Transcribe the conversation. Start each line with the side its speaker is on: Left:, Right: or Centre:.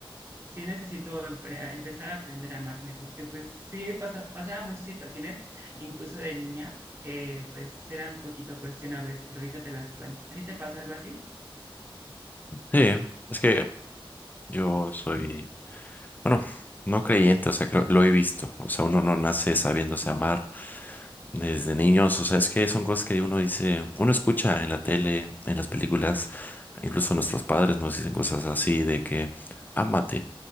Right: sí necesito empre- empezar a aprender a amarme, porque pues sí pasa- pasaba muchas situaciones, incluso de niña, que pues eran un poquito cuestionables, pero ahorita te las cuento. ¿A ti te pasó algo así?
Left: Sí, es que yo soy, bueno, no creyente, o sea, creo, lo he visto, o sea, uno no nace sabiéndose amar desde niños, o sea, es que son cosas que uno dice, uno escucha en la tele, en las películas, incluso nuestros padres nos dicen cosas así de que, ámate,